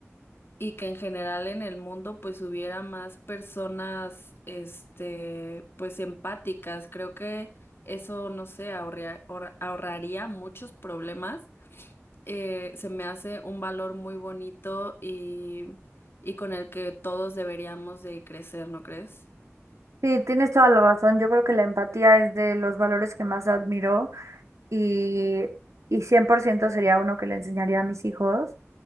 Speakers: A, on the left; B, on the right.
A: y que en general en el mundo pues hubiera más personas este pues empáticas. Creo que eso, no sé, ahorria- ahor- ahorraría muchos problemas. Eh, se me hace un valor muy bonito y, y con el que todos deberíamos de crecer, ¿no crees?
B: Sí, tienes toda la razón. Yo creo que la empatía es de los valores que más admiro y, y 100% sería uno que le enseñaría a mis hijos.